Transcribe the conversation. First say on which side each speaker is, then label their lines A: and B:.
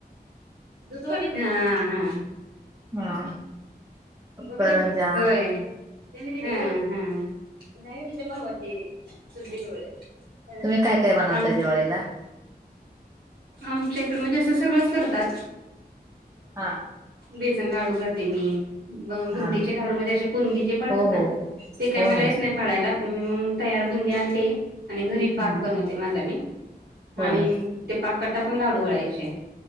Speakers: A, on the right; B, on the right.
A: दुधवरीच हा हा हा
B: हा
A: बघ
B: करंजा
A: होय हा नाही त्यांच्या भावती सुंदल वर
B: तुम्ही काय काय बनवताय
A: हम
B: दिवाळीला
A: आमच्या इकडे म्हणजे अस सगळंच करतात
B: हा
A: वेसन लाडू करते मी बुंदीचे
B: हा
A: लाडू म्हणजे असे बुंदीचेे पडतात
B: हो
A: ना
B: हो
A: ते काय
B: हो
A: मला
B: हो
A: येत नाही पाळायला पण मी मग तयार गून द आण ते आणि घरी पाक
B: हम्म
A: बनवते माझा मी
B: होय
A: आणि ते पाक टाकून धाडू वळायचे